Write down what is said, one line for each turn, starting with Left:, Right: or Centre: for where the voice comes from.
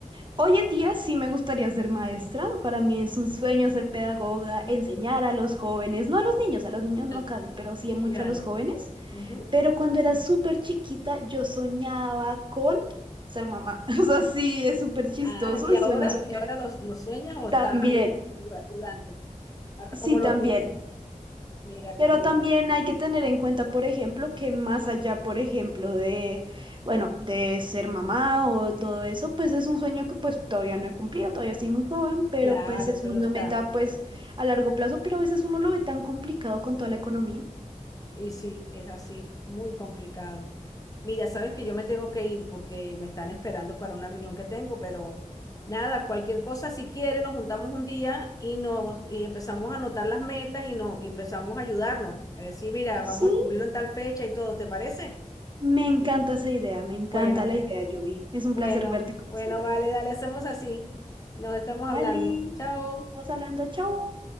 Right: Hoy en día sí me gustaría ser maestra. Para mí es un sueño ser pedagoga, enseñar a los jóvenes, no a los niños, a los niños
Left: Al-
Right: no casi, pero sí mucho
Left: Claro.
Right: a los jóvenes.
Left: ujú.
Right: Pero cuando era súper chiquita yo soñaba con ser mamá. <laughs> O sea, sí, es súper chistoso
Left: Ah, ¿y
Right: y
Left: ahora,
Right: suena súper...
Left: y ahora los los sueñas o estás
Right: También,
Left: ahí duda- dudando? Ahora,
Right: sí,
Left: ¿cómo
Right: también.
Left: lo piensas? Mira, qué
Right: Pero
Left: bien.
Right: también hay que tener en cuenta, por ejemplo, que más allá, por ejemplo, de, bueno, de ser mamá o todo eso, pues es un sueño que pues todavía no he cumplido, todavía estoy muy joven, pero
Left: Claro,
Right: pues es
Left: pero
Right: una
Left: está.
Right: meta pues a largo plazo, pero a veces uno lo ve tan complicado con toda la economía.
Left: Y sí, es así, muy complicado. Mira, sabes que yo me tengo que ir porque me están esperando para una reunión que tengo, pero nada, cualquier cosa, si quiere nos juntamos un día y nos y empezamos a anotar las metas y nos y empezamos a ayudarnos. A decir, mira,
Right: Sí,
Left: vamos a cumplirlo en tal fecha y todo, ¿te parece?
Right: me encanta esa idea, me encanta
Left: Bueno,
Right: la idea, Yubi. Es un
Left: bueno,
Right: placer verte como
Left: bueno,
Right: siempre.
Left: vale, dale, hacemos así. Nos estamos hablando.
Right: Dale,
Left: Chao.
Right: nos hablando, chao.